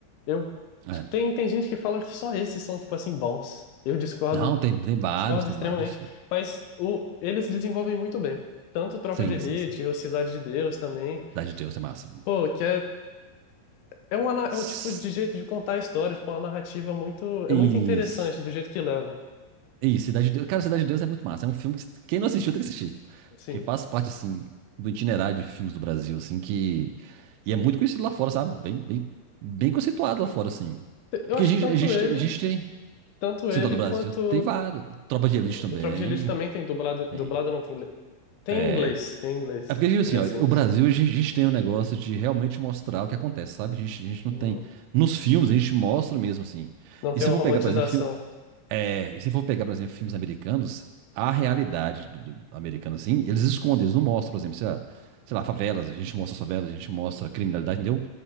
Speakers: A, on the left (about 75°); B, on the right (about 85°).
A: Eu
B: É.
A: tem tem gente que fala que só esses são tipo assim bons. Eu discordo,
B: Não, tem, tem vários,
A: discordo
B: tem
A: extremamente,
B: vários, cara.
A: mas o eles desenvolvem muito bem. Tanto Tropa
B: Sim,
A: de Elite,
B: sim, sim.
A: ou Cidade de Deus também.
B: Cidade de Deus é massa.
A: Pô, que é É um, é
B: S-
A: um tipo de jeito de contar a história, tipo, uma narrativa muito, é
B: Isso.
A: muito interessante do jeito que leva.
B: Isso, Cidade de Deus. Cara, Cidade de Deus é muito massa. É um filme que quem não assistiu tem que assistir.
A: Sim.
B: Porque faz parte, assim, do itinerário de filmes do Brasil, assim, que. E é muito conhecido lá fora, sabe? Bem, bem, bem conceituado lá fora, assim.
A: Eu
B: Porque
A: acho
B: a gente,
A: que tanto
B: a gente,
A: ele,
B: a gente tem.
A: tanto
B: Assim,
A: ele
B: tá, do Brasil
A: quanto
B: tem vários. Tropa de Elite também.
A: o Tropa de Elite também tem dublado,
B: Tem.
A: dublado não tem, le- tem
B: É.
A: em inglês, tem em inglês,
B: É porque, tipo assim,
A: diria
B: ó,
A: assim.
B: o Brasil, a gente, a gente tem um negócio de realmente mostrar o que acontece, sabe? A gente, a gente não
A: Uhum.
B: tem. Nos filmes, a gente mostra mesmo, assim.
A: Não tem
B: E se
A: uma
B: eu for
A: romantização.
B: pegar, por exemplo, fi- É, e se for pegar, por exemplo, filmes americanos, a realidade do, do americano, assim, eles escondem, eles não mostram, por exemplo, sei lá, sei lá, favelas, a gente mostra as favelas, a gente mostra a criminalidade, entendeu?